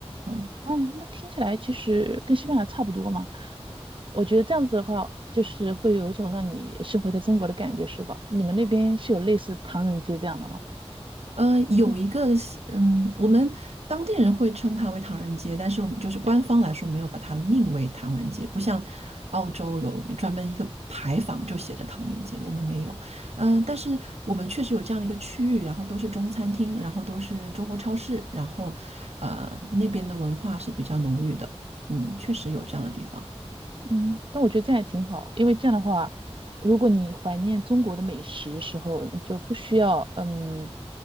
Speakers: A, on the right; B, on the right.
A: 嗯。
B: 嗯，那听起来其实跟西班牙差不多嘛。我觉得这样子的话，就是会有一种让你生活在中国的感觉，是吧？你们那边是有类似唐人街这样的吗？
A: 呃，有一个是嗯，
B: 嗯
A: 我们当地人会称它为唐人街，但是我们就是官方来说没有把它命为唐人街，不像澳洲有专门一个牌坊就写着唐人街，我们没有。呃，但是我们确实有这样的一个区域，然后都是中餐厅，然后都是中国超市，然后呃那边的文化是比较浓郁的，嗯，确实有这样的地方。
B: 嗯，但我觉得这样也挺好，因为这样的话，如果你怀念中国的美食的时候，你就不需要嗯，